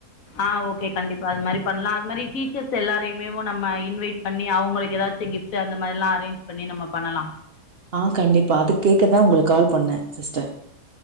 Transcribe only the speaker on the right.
ஆ கண்டிப்பா அதுக் கேக்கதா உங்களுக்கு கால் பண்ண சிஸ்டர்